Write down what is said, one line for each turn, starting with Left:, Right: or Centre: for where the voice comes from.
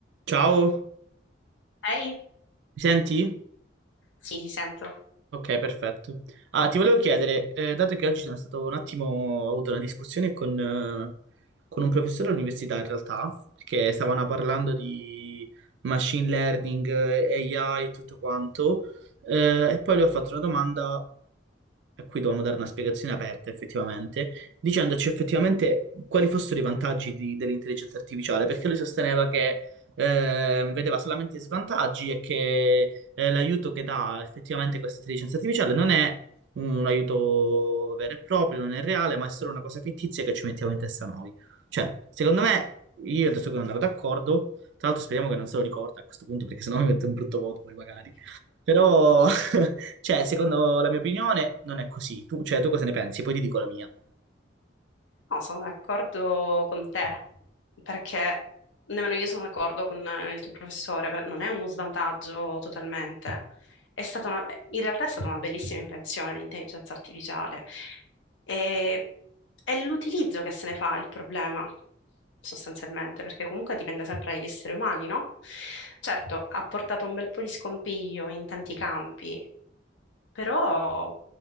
Right: Ciao,
Left: Ehi?
Right: mi senti?
Left: Sì, ti sento.
Right: Ok, perfetto. Ah, ti volevo chiedere, eh, dato che oggi sono stato un attimo, ho avuto una discussione con, eh, con un professore all'università in realtà, perché stavano parlando di machine learning, eh, AI e tutto quanto, eh, e poi le ho fatto una domanda a cui dovevamo dare una spiegazione aperta effettivamente, dicendoci effettivamente quali fossero i vantaggi di- dell'intelligenza artificiale, perché lui sosteneva che eh, vedeva solamente svantaggi e che eh, l'aiuto che dà effettivamente questa intelligenza artificiale non è un aiuto vero e proprio, non è reale, ma è solo una cosa fittizia che ci mettiamo in testa noi. Cioè, secondo me, io adesso che non ero d'accordo, tra l'altro speriamo che non se lo ricorda a questo punto, perché sennò mi mette un brutto voto poi magari. Però <laughs> Cioè, secondo la mia opinione, non è così. Tu, cioè, tu cosa ne pensi? Poi ti dico la mia.
Left: No, sono d'accordo con te, perché nemmeno io sono d'accordo con eh, il tuo professore, per- non è uno svantaggio totalmente. È stata una- in realtà è stata una bellissima invenzione l'intelligenza artificiale. E, è l'utilizzo che se ne fa il problema, sostanzialmente, perché comunque dipende sempre dagli esseri umani, no? Certo, ha portato un bel po' di scompiglio in tanti campi, però